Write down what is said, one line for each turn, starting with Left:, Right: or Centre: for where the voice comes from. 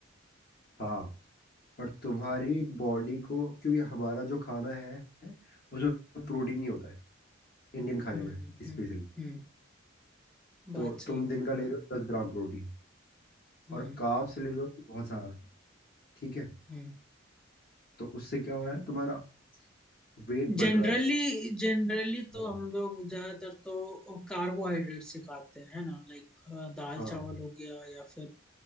Left: हाँ और तुम्हारी बॉडी को क्योंकि हमारा जो खाना है उसमें प्रोटीन
Centre: हम्म
Left: नहीं होता है इंडियन खाने
Centre: हम्म
Left: में
Centre: हम्म
Left: स्पेशली
Centre: हम्म,
Left: तो
Centre: बात सही
Left: तुम
Centre: बोल
Left: दिन का
Centre: रहा
Left: ले
Centre: हूँ
Left: रहे हो दस ग्राम प्रोटीन
Centre: हम्म
Left: और कार्ब्स ले रहे हो बहुत सारा ठीक है
Centre: हम्म
Left: तो उससे क्या हो रहा है तुम्हारा वेट बढ़
Centre: जनरली
Left: रहा है
Centre: जनरली तो
Left: हाँ
Centre: हम लोग ज्यादातर तो कार्बोहाइड्रेट से खाते हैं है ना लाइक दाल
Left: हाँ
Centre: चावल
Left: हाँ
Centre: हो गया या फिर